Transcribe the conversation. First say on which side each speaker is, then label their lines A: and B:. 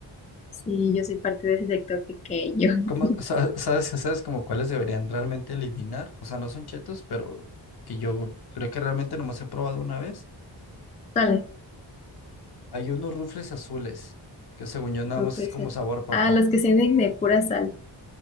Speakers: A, on the left; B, on the left.
A: Sí, yo soy parte de ese sector pequeño.
B: ¿Cómo
A: <laughs>
B: sa- sabes, sabes como cuáles deberían realmente eliminar? O sea, no son chetos, pero que yo creo que realmente nomás he probado una vez.
A: ¿Cuáles?
B: Hay unos rufles azules, que según yo nada
A: No
B: más
A: puede
B: es como
A: ser.
B: sabor papa.
A: Ah, los que venden de pura sal.